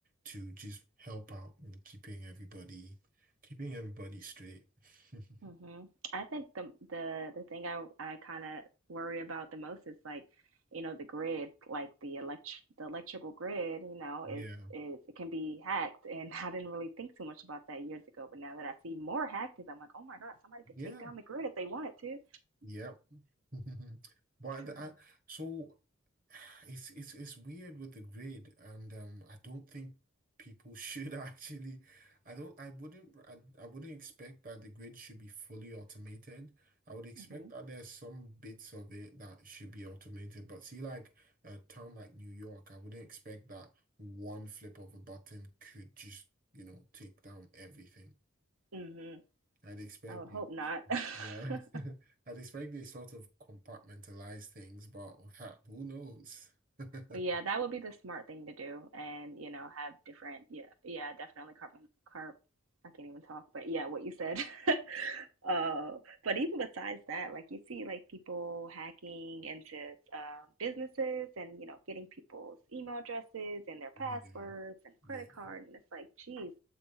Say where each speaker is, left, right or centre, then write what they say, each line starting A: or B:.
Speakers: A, on the right (about 40°); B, on the right (about 85°).
A: to just help out in keeping everybody, keeping everybody straight. <laughs>
B: hmm I think the the the thing I I kind of worry about the most is like, you know, the grid, like the elect the electrical grid, you know,
A: Yeah.
B: is is it can be hacked, and <laughs> I didn't really think too much about that years ago, but now that I see more hackers, I'm like, oh my God, somebody could
A: Yeah.
B: take down the grid if they wanted to.
A: Yeah. <laughs> Mhm. But
B: So,
A: the- I, so it's it's it's weird with the grade, and um, I don't think people should <laughs> actually. I don't. I wouldn't. I, I wouldn't expect that the grade should be fully automated. I would expect
B: hmm
A: that there's some bits of it that should be automated. But see, like a town like New York, I wouldn't expect that one flip of a button could just, you know, take down everything.
B: hmm
A: I'd expect
B: I would
A: the
B: hope not.
A: yeah.
B: <laughs>
A: <laughs> I'd expect they sort of compartmentalize things, but ha, who knows? <laughs>
B: yeah, that would be the smart thing to do, and you know, have different. Yeah, yeah, definitely carbon carb. I can't even talk, but yeah, what you said. <laughs> uh, but even besides that, like you see, like people hacking into um, businesses, and you know, getting people's email addresses and their
A: Yeah.
B: passwords and
A: Yeah.
B: credit card, and it's like, geez,